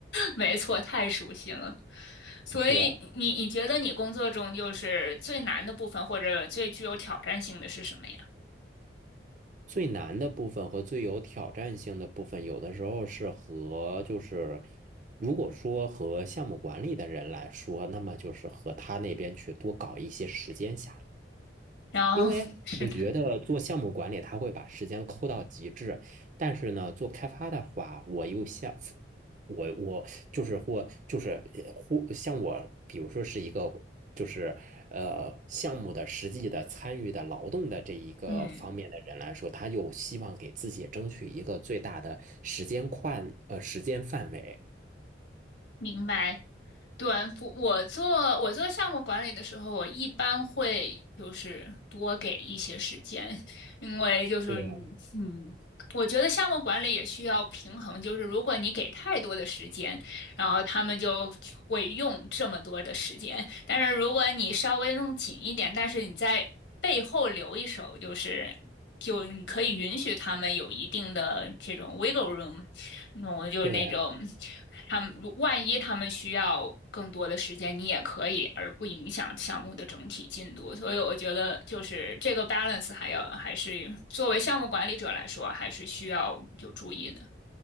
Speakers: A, on the left; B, on the right.
A: 没错，太熟悉了。所以你你觉得你工作中就是最难的部分，
B: 是
A: 或者最具有挑战性的是什么呀？
B: 最难的部分和最有挑战性的部分，有的时候是和就是，如果说和项目管理的人来说，那么就是和他那边去多搞一些时间下来。
A: 然后
B: 因为我觉得做项目管理，
A: <laughs> 是的，
B: 他会把时间抠到极致，但是呢，做开发的话，我又像我我就是或就是呃或像我，比如说是一个就是呃项目的实际的参与的劳动的这一个方面的人来说，
A: 嗯，
B: 他又希望给自己争取一个最大的时间宽呃时间范围，
A: 明白。对，不，我做我做项目管理的时候，我一般会就是多给一些时间，因为就是你嗯，
B: 对
A: 我觉得项目管理也需要平衡，就是如果你给太多的时间，然后他们就会用这么多的时间。但是如果你稍微弄紧一点，但是你在背后留一手，就是就你可以允许他们有一定的这种 wiggle room，那种就是那种
B: 对。
A: 他们万一他们需要。更多的时间你也可以，而不影响项目的整体进度。所以我觉得，就是这个 balance 还要还是作为项目管理者来说，还是需要有注意的。